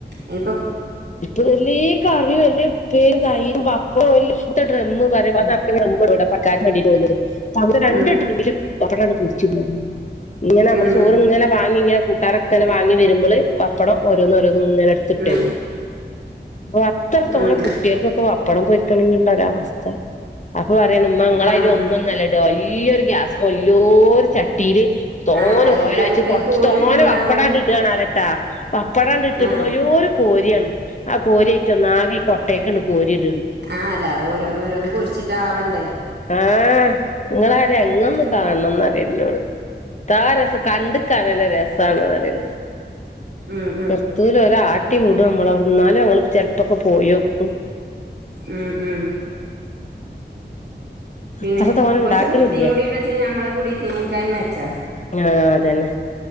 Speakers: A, on the right; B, on the left.
A: ഇനിപ്പ
B: ഇപ്പതല്ലേ കറി <unintelligible>
A: ഉം ഉം
B: <unintelligible> ഇങ്ങനെ നമ്മള്
A: ഉം
B: ചോറ് ഇങ്ങനെ വാങ്ങിങ്ങനെ കൂട്ടാനൊക്കെങ്ങെ വാങ്ങി വരുമ്പോള് പപ്പടംഓരോന്ന്‌ ഒ <unintelligible>
A: ഉം
B: അപ്പൊ അത്ര തോണ
A: ഉം
B: കുട്ടികൾക്കൊക്കെ പ്പടം പൊരിക്കാനെങ്കി ഒരവസ്ഥ അപ്പൊ പറയും ഉമ്മ <unintelligible>
A: ആഹ്
B: വലിയൊരു ഗ്യാസ വല്ലോ ഒരു ചട്ടിയില് തോനേ
A: ആഹ് അയില
B: ഓയിൽ ഒയിച്ച്
A: അങ്ങട്ട്
B: കൊറച്ച്
A: കോരിടണുണ്ടാവും
B: തോന പപ്പടാണ്ട് ഇടാണോലെ ട്ടാ പപ്പടാണ്ട് ഇട്ടിട്ട്
A: ആഹ്
B: വല്യൊരു ഒരു കോരിയാണ് ആ കോരിയറ്റൊന്നാകെ ഈ കൊട്ടേക്കണ്ട് കോരി ഇട്ട്
A: ആ അല്ല അത് ഓരോന്ന് ഓരോന്ന് പൊരിച്ചിട്ട് ആവണ്ടേ.
B: ആ നിങ്ങളാര എങ്ങ ഒന്ന്
A: ഉം
B: കാണണന്ന്റയും എന്നോട് താ രസം കണ്ടക്കാനെ രസാണ് റയുന്നത്.
A: ഉം
B: നിർത്തൂല ഒര ആട്ടി വിടും നമ്മളവിടെ ന്നാലും ഞങ്ങള് ചെലപ്പൊക്കെ പോയി ക്കും.
A: ഉം ഉം. പിന്നെ
B: അത്ര തോനെ
A: കുറച്ച്
B: ഇണ്ടാക്കണില്ലേ
A: വൃത്തിയും കൂടി ഉണ്ട വച്ച നമ്മളെ കുടത്തിനേക്കായ മെച്ചാ.
B: ആ അതന്നെ.